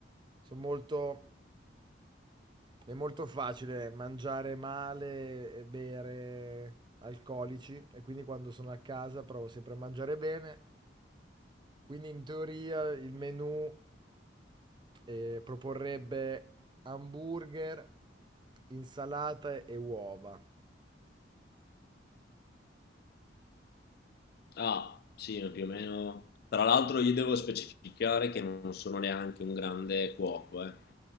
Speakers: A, on the right; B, on the left.
A: sono molto È molto facile mangiare male e bere alcolici e quindi quando sono a casa provo sempre a mangiare bene. Quindi in teoria il menù eh, proporrebbe hamburger, insalata e uova.
B: Ah, sì, più o meno. Tra l'altro io devo specificare che non sono neanche un grande cuoco, eh.